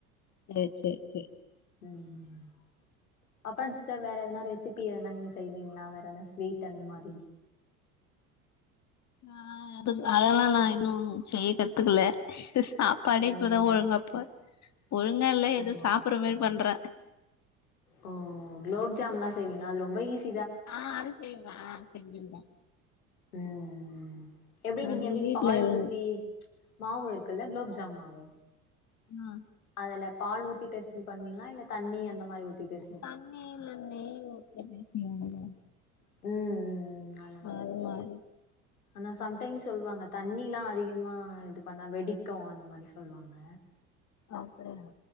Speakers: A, on the left; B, on the left.
A: சேர் செர் செ
B: ம் அப்றோ சிஸ்டர் வேற எதனா ரெசிபி எதனா நீங்க செய்வீங்ளா வேற எதா ஸ்வீட் அந்த மாரி
A: ஆ அது அதெல்லா நா இன்னு செய்ய கத்துக்கல படைப்புதா
B: ஓ
A: ஒழுங்காப்ப ஒழுங்கா இல்ல எதோ
B: ஓ
A: சாப்புற மேரி பண்ற
B: ஓ க்லோப் ஜாம்ல்லா செய்வீங்ளா அது ரொம்ப ஈசி
A: ஆ அது செய்வ ஆ செஞ்சிருக்க
B: ம் எப்டி நீங்க
A: அது
B: எப்டி
A: வீட்ல
B: பால்
A: எல்லா
B: ஊத்தி மாவு இருக்குல்ல க்லோப்ஜாம் மாவு
A: ஆ
B: அதுல பால் ஊத்தி பெசஞ்சி பண்ணுவீங்ளா இல்ல தண்ணி அந்த மாரி ஊத்தி பெச
A: தண்ணி இல்ல நெய் ஊத்தி பெசையவீங்களா
B: ம் ம் அந்த மாரி
A: மாறி மாறி
B: ஆனா சம்டைம் சொல்வாங்க தண்ணில்லா அதிகமா இது பண்ணா வெடிக்கு அந்த மாரி சொல்வாங்க
A: அப்டியா